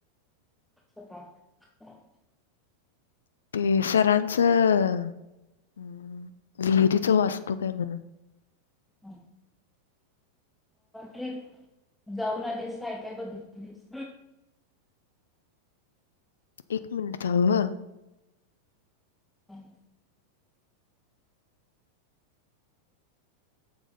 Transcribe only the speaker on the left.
ते सरांच हम्म विहिरीच वास्तूक हाय म्हण
एक मिनट थांब हं.